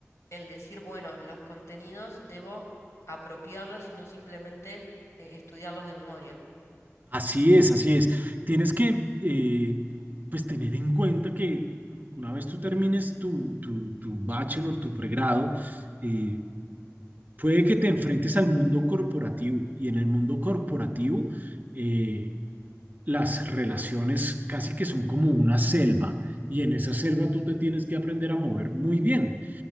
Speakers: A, on the left; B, on the right.
A: el decir, bueno, los contenidos debo apropiarlos y no simplemente eh, estudiarlos de memoria.
B: Así es, así es. Tienes que, eh, pues, tener en cuenta que una vez tú termines tu, tu, tu bachelor, tu pregrado, eh, puede que te enfrentes al mundo corporativo y en el mundo corporativo eh, las relaciones casi que son como una selva y en esa selva tú te tienes que aprender a mover muy bien.